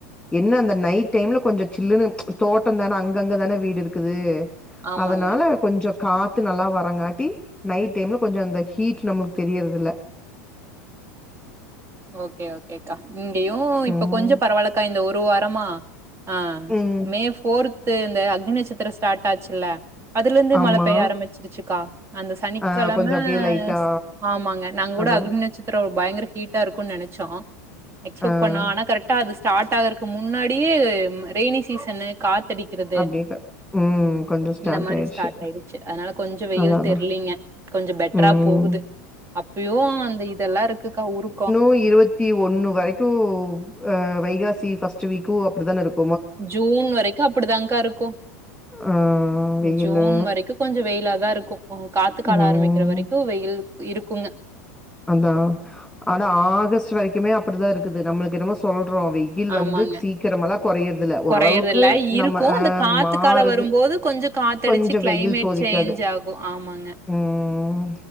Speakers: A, in the centre; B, on the right (about 30°).
A: என்ன அந்த நைட் டைம்ல கொஞ்ச சில்லுனு தோட்டந்தான அங் கங்க தான வீடுருக்குது
B: ஆமாங்க
A: அதனால கொஞ்சோ காத்து நல்லா வரங்காட்டி நைட் டைம்ல கொஞ்சோ இந்த ஹீட்டு நம்மள்க் தெரியறதில்ல
B: ஓகே ஓகேக்கா இங்கயு இப்ப
A: ம்
B: கொஞ்சோ பரவால்லக்கா இந்த ஒரு வாரமா ஆ
A: ம்
B: மே ஃபோர்த்து இந்த அக்னி்நட்சத்திரோ ஸ்டாட் ஆச்சுல்ல அதுலர்ந்து
A: ஆமா
B: மழ பெய்ய ஆரம்மிச்சிருச்சுக்கா அந்த சனிக்கெழம
A: ஆ கொஞ்சோ அப்டியே லைட்டா
B: ஸ் ஆமாங்க நாங்கூட
A: அதா
B: அக்னி நட்சத்திரோ பயங்கர ஹீட் டாருக்குன் நெனச்சோ எக்ஸ்பெட்
A: ஆ
B: பண்ணோ ஆனா கரெக்ட்டா அது ஸ்டாட் ஆகறக் கு முன்னாடியே ம் ரெய்னி சீசனு காத்தடி க்கிறது
A: அப்டியே க ம் கொஞ்சோ ஸ்டார்ட்
B: இந்த மாரி
A: ஆயிடுச்சு
B: ஸ்டாட் ஆய்டுச்சு அதனால கொஞ்சோ வெயில்
A: அதா அதா
B: தெர்லீங்க கொஞ்ச பெட்டரா
A: ம்
B: போகுது அப்பயு அந்த இதெல்லா இருக்குக்கா உரு
A: கு இருவத்தி ஒன்னு வரைக்கு அ வைகாசி ஃபஸ்ட் வீக்கு அப்படித்தான இருக்
B: ஜூன் வரைக்கு அப்படிதாங்கா இருக்கு
A: ஆ வெயிலு
B: ஜூன் வரைக்கு கொஞ்சோ வெயிலாதா இருக்கு காத்துக்கால
A: ம்
B: ஆரம்பிக்கிற வரைக்கு வெயில் இருக்குங்க
A: அதா ஆனா ஆகஸ்ட் வரைக்குமே அப்படிதா இருக்குது நம்மளுக்கு என்னமோ சொல்றோ வெய் யில்
B: ஆமாங்க.
A: வந்து சீக்கிரமாலா கொறையிற்தில்ல ஓரளவுக்கு
B: கொறையறதில்ல இருக்கு.
A: நம்ம ஆ
B: அந்த காத்து
A: மாறுது
B: கால வரும்போது கொஞ்சோ காத்தடிச்சு
A: கொஞ்சோ
B: கிளைமேட்
A: வெயில் சோதிக்காது
B: சேஞ்ச் ஆகு ஆமாங்க
A: ம்